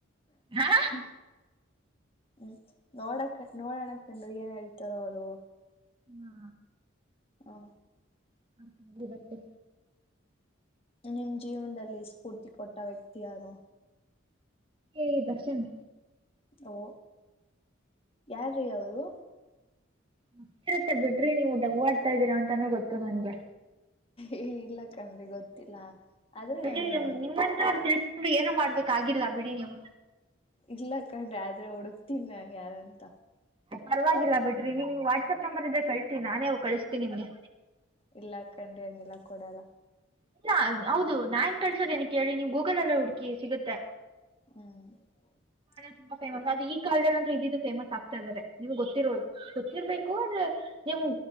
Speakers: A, on the right; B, on the left.
A: ಹಾ
B: <inaudible> ಹ್ಮ್ ನೋಡಕ್ ನೋಡಣ ಕಣ್ರಿ ಏನ್ ಹೇಳ್ತಾರ ಅವರು
A: ಹಾ
B: ಹಾ
A: ಹಾ ಹಾಗ ಇರುತ್ತೆ
B: ನಿಮ್ ಜೀವನದಲ್ಲಿ ಸ್ಫೂರ್ತಿ ಕೊಟ್ಟ ವ್ಯಕ್ತಿ ಯಾರು
A: ಏ ದರ್ಶನ್
B: ಓ ಯಾರ್ರೀ ಅವರು
A: ಗೊತ್ತಿರುತ್ತೆ ಬಿಡ್ರಿ ನೀವು ಡವ್ ಆಡ್ತಾ ಇದ್ದೀರಾ ಅಂತಾನೂ ಗೊತ್ತು ನನ್ಗೆ
B: ಏ ಇಲ್ಲ ಕಣ್ರಿ ಗೊತ್ತಿಲ್ಲ ಆದ್ರೆ
A: ಬಿಡಿ
B: ನಾನು
A: ನಿಮ್ಮಂತ ಅವ್ರು ತಿ ಏನು ಮಾಡ್ಬೇಕಾಗಿಲ್ಲ ಬಿಡಿ ನೀವು
B: ಇಲ್ಲ ಕಂಡ್ರಿ ಆದ್ರೆ ಹುಡುಕ್ ಹುಡ್ಕಿನಿ ನಾನನ್ ಯಾರಂತ
A: ಪರ್ವಾಗಿಲ್ಲ ಬಿಡ್ರಿ ನಿಮ್ಗೆ ವಾಟ್ಸಪ್ ನಂಬರ್ ಇದ್ರೆ ಕಳ್ಸಿ ನಾನೇ ಕಳಸ್ತೀನಿ ನಿಮ್ಗೆ
B: ಇಲ್ಲ ಕಂಡ್ರಿ ಹಂಗಿಲ್ಲ ಕೊಡಲ್ಲ
A: ಇಲ್ಲ ಹೌದು ಕಳ್ಸೋದೇನ ಕೇಳಿ ನೀವು ಗೂಗಲ್ ಎಲ್ಲೇ ಹುಡ್ಕಿ ಸಿಗುತ್ತೆ
B: ಹ್ಮ್..
A: ತುಂಬಾ ಫೇಮಸ್ ಅದು ಈ ಕಾಲ್ಡ ಅಂದ್ರೆ ಇದಿದದು ಫೇಮಸ್ ಆಗ್ತಾ ಇದಾರೆ ನಿಮ್ಗೆ ಗೊಿರೋದು ಗೊಿರ್ಬೇಕು ಆದ್ರೆ ನಿಮ್